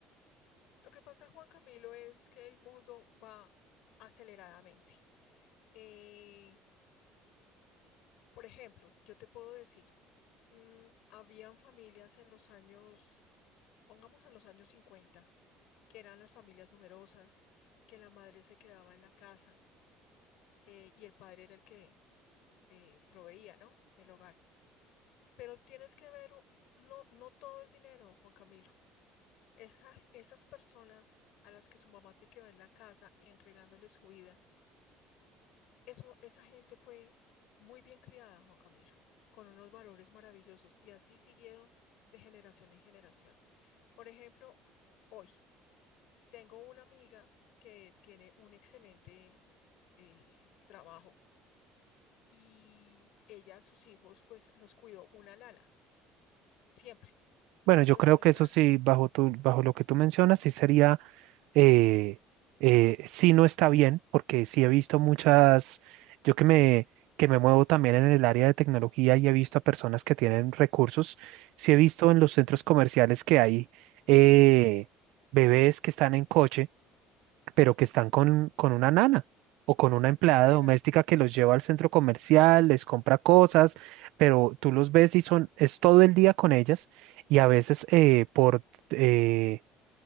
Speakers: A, on the left; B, on the right.
A: lo que pasa, Juan Camilo, es que el mundo va aceleradamente. Eh, por ejemplo, yo te puedo decir, mm, habían familias en los años, pongamos en los años 50, que eran las familias numerosas, que la madre se quedaba en la casa eh, y el padre era el que eh, proveía, ¿no? El hogar. Pero tienes que ver, no, no todo es dinero, Juan Camilo. Esa- esas personas a las que su mamá se quedó en la casa entregándole su vida, eso, esa gente fue muy bien criada, Juan Camilo, con unos valores maravillosos y así siguieron de generación en generación. Por ejemplo, hoy tengo una amiga que tiene un excelente eh, trabajo y ella a sus hijos pues los cuidó una nana Siempre, siempre
B: Bueno, yo
A: los
B: creo
A: cubre
B: que
A: una
B: eso
A: lana.
B: sí, bajo tu, bajo lo que tú mencionas, sí sería eh, eh, sí no está bien, porque sí he visto muchas, yo que me, que me muevo también en el área de tecnología y he visto a personas que tienen recursos, sí he visto en los centros comerciales que hay eh, bebés que están en coche, pero que están con, con una nana. o con
A: Una
B: una empleada
A: enfermera.
B: doméstica que los lleva al centro comercial, les compra cosas, pero tú los ves y son, es todo el día con ellas y a veces eh, por, eh,